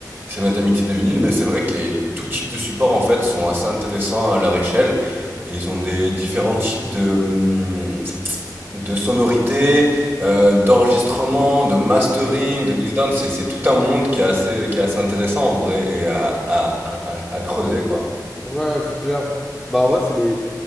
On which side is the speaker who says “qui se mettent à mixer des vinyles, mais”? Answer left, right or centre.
Right